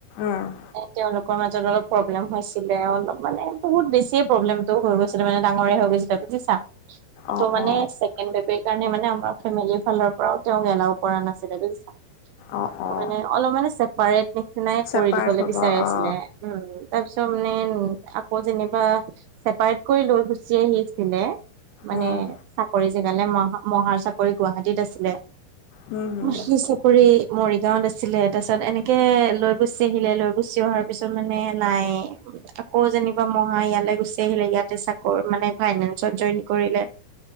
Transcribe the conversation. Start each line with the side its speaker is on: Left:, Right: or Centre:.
Left: অঁ।
Right: এ তেওঁলোকৰ মাজত অলপ প্ৰব্লেম হৈছিলে অলপ। মানে বহুত বেছিয়ে প্ৰব্লেমটো হৈ গৈছিলে মানে ডাঙৰে হৈ গৈছিলে বুজিছা ত'
Left: অ
Right: মানে।
Left: অ
Right: ছেকেণ্ড বেবিৰ কাৰণে মানে আমাৰ ফেমিলিৰ ফালৰ পৰাও তেওঁক এলাও কৰা নাছিলে বুজিছা।
Left: অ
Right: ত'
Left: অ
Right: মানে অলপ মানে চেপাৰেট নিচিনাই
Left: চেপাৰেট
Right: কৰি দিবলে
Left: হ'ব
Right: বিচাৰি আছিলে,
Left: অ
Right: উম। তাৰপিছত মানে আকৌ যেনিবা চেপাৰেট কৰি লৈ গুচি আহিছিলে। মানে
Left: উম
Right: চাকৰি জেগালে মহা মহাৰ চাকৰি গুৱাহাটীত আছিলে।
Left: হুম হুম
Right: মাহিছেপ। চাকৰি মৰিগাঁৱত আছিলে, তাৰপিছত এনেকৈ লৈ গুচি আহিলে, লৈ গুচি অহাৰ পিছত মানে নাই। তাক। আকৌ যেনিবা মহা ইয়ালৈ গুচি আহিলে ইয়াতে চাকৰ মানে ফাইনেন্সত জইন কৰিলে।